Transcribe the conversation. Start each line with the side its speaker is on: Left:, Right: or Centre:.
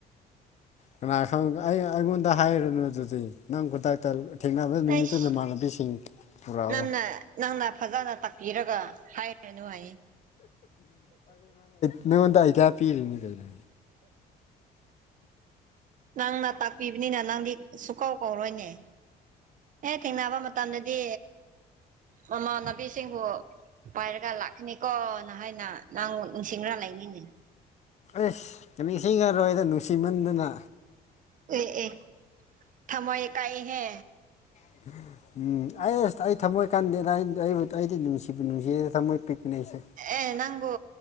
Left: ꯀꯅꯥ ꯈꯪ ꯑꯩ ꯑꯩꯉꯣꯟꯗ ꯍꯥꯏꯔꯨꯅꯨ ꯑꯗꯨꯗꯤ꯫ ꯅꯪ ꯈꯨꯗꯥꯇ ꯊꯦꯡꯅꯕ ꯅꯨꯃꯤꯠꯇꯨ
Right: ꯑꯩꯁ
Left: ꯅꯃꯥꯟꯅꯕꯤꯁꯤꯡ ꯄꯨꯔꯛꯑꯣ꯫
Right: ꯅꯪꯅ ꯅꯪꯅ ꯐꯖꯅ ꯇꯥꯛꯄꯤꯔꯒ ꯍꯥꯏꯔꯅꯨ ꯍꯥꯏꯌꯦ
Left: <unintelligible> ꯅꯉꯣꯟꯗ ꯑꯥꯏꯗꯤꯌꯥ ꯄꯤꯔꯤꯅꯤ ꯀꯩꯅꯣ꯫
Right: ꯅꯪꯅ ꯇꯥꯛꯄꯤꯕꯅꯤꯅ ꯅꯪꯗꯤ ꯁꯨꯀꯥꯎ ꯀꯧꯔꯣꯏꯅꯦ꯫ ꯑꯦ ꯊꯦꯡꯅꯕ ꯃꯇꯝꯗꯗꯤ ꯃꯃꯥꯟꯅꯕꯤꯁꯤꯡꯕꯨ, ꯄꯥꯏꯔꯒ ꯂꯥꯛꯀꯅꯤꯀꯣꯅ ꯍꯥꯏꯅ ꯅꯪ ꯅꯤꯡꯁꯤꯡꯔ ꯂꯩꯅꯤꯅꯦ꯫
Left: ꯑꯁ ꯅꯤꯡꯁꯤꯡ ꯉꯔꯣꯏꯗ ꯅꯨꯡꯁꯤꯃꯟꯗꯅ꯫
Right: ꯑꯦ ꯑꯦ ꯊꯃꯣꯏ ꯀꯥꯏ ꯍꯦ꯫
Left: <inaudible> ꯎꯝ ꯑꯩ ꯑꯁ ꯑꯩ ꯊꯝꯃꯣꯏ ꯀꯥꯟꯗꯦꯗ ꯑꯩꯕꯨ ꯑꯩꯗꯤ ꯅꯨꯡꯁꯤꯕꯩ ꯅꯨꯡꯁꯤꯌꯦ ꯊꯝꯃꯣꯏ ꯄꯤꯛꯄꯅꯦ ꯑꯩꯁꯦ
Right: ꯑꯦ ꯅꯪꯕꯨ